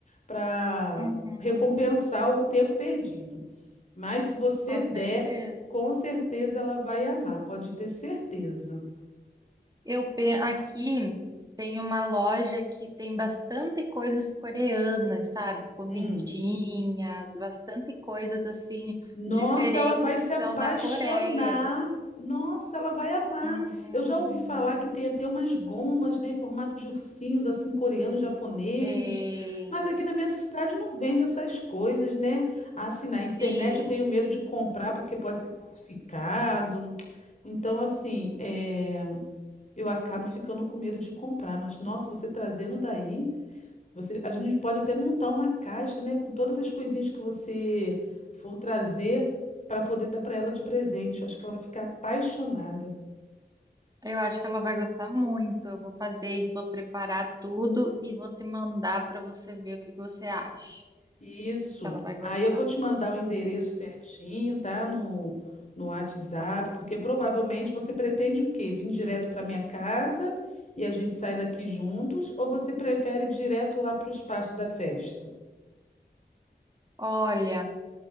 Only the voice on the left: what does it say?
para
recompensar o tempo perdido. Mas se você
der,
com certeza ela vai amar, pode ter certeza.
Hum.
Nossa,
ela vai se
apaixonar.
Nossa, ela vai amar.
Eu já ouvi falar que tem até umas gomas, né, em formato de ursinhos, assim, coreanos, japoneses.
Mas aqui na minha cidade não vende essas coisas, né? Assim, na internet
eu tenho medo de comprar porque pode ser falsificado. Então, assim, é, eu acabo ficando com medo de comprar. Mas, nossa, você trazendo daí. Você, a gente pode até montar uma caixa, né, com todas as coisinhas que você for trazer para poder dar para ela de presente. Eu acho que ela vai ficar apaixonada.
Isso.
Aí eu vou te mandar o endereço certinho, tá? No, no WhatsApp,
porque provavelmente você pretende o quê? Vir direto para minha casa e a gente sai daqui juntos, ou você prefere ir direto lá para o espaço da festa?